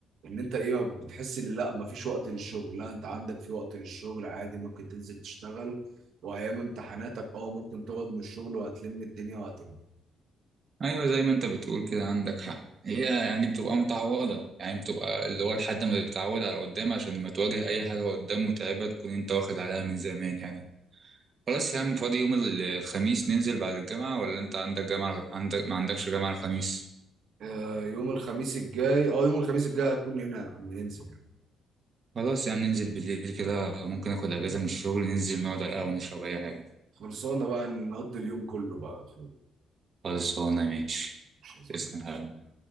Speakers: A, on the right; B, on the right.
A: ان انت ايه بتحس ان لا مفيش وقت للشغل لا انت عندك في وقت للشغل عادي ممكن تنزل تشتغل وايام امتحاناتك اه ممكن تقعد من الشغل وهتلم الدنيا وهتنجح
B: ايوه زي ما انت بتقول كده عندك حق هي يعني بتبقى متعوضه يعني بتبقى اللي هو لحد ما تتعود على قدام عشان لما تواجه اي حاجه قدام متعبه تكون انت واخد عليها من زمان يعني خلاص يا عم فاضي يوم ال- الخميس ننزل بعد الجامعه ولا انت عندك جامعه عندك ما عندكش جامعه الخميس
A: آه يوم الخميس الجاي اه يوم الخميس الجاي هكون هنا يا عم ننزل يعني
B: خلاص يا عم ننزل بالليل كده ممكن اخد اجازه من الشغل ننزل نقعد على القهوه نشرب اي حاجه
A: خلصانه بقى نقضي اليوم كله بقى يا اخوي
B: خلصانه ماشي
A: مش لازم
B: تسلم يا حبيبي.